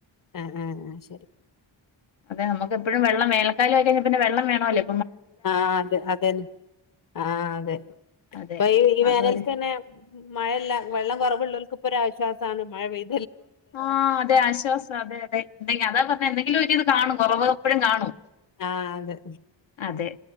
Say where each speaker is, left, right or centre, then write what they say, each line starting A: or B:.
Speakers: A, on the left; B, on the left.
A: ആ ആ ആ ശരി.
B: അത നമ്മക്കപ്പഴും വെള്ളം വേനൽകാലായ്കഴിഞ്ഞാ പിന്നെ വെള്ളം വേണല്ലോ.
A: ആ അതെ അതന്നെ ആഹ് അതെ
B: അതെ
A: ഇപ്പൊ ഈ ഈ വേനൽക്കന്നെ
B: അതൊരു
A: മഴയല്ല വെള്ളം കുറവ് ഓല്ക് രു ആശ്വസാണ് മഴ പെയ്
B: ആ അതെ ആശ്വാസം അതെ അതെ ന്തെ അതാ പറഞ്ഞ എന്തെങ്കിലും ഒരു ഇത് കാണും കുറവപ്പോഴും കാണും.
A: ആ അതെ.
B: അതെ